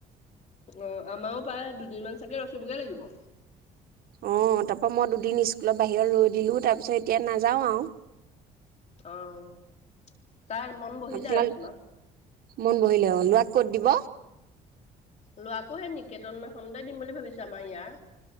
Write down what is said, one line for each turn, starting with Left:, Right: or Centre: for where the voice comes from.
Left: অ আমাৰো প্ৰায় দুদিনমান চাগে ৰখিবগে লাগিব।
Right: অ তাৰ পৰা মই দুদিন স্কুলৰ বাহিৰত ৰৈ দিলো তাৰ পিছত এতিয়া নাযাও আৰু।
Left: অহ। তাই মন বহি
Right: আপোনাল
Left: দা স্কুলত।
Right: মন বহিলে অ। ক'ত দিব।
Left: লোৱাকোহে নিকেতন সন্দেহ দিম বুলি ভাবিছে আমাৰ ইয়াৰ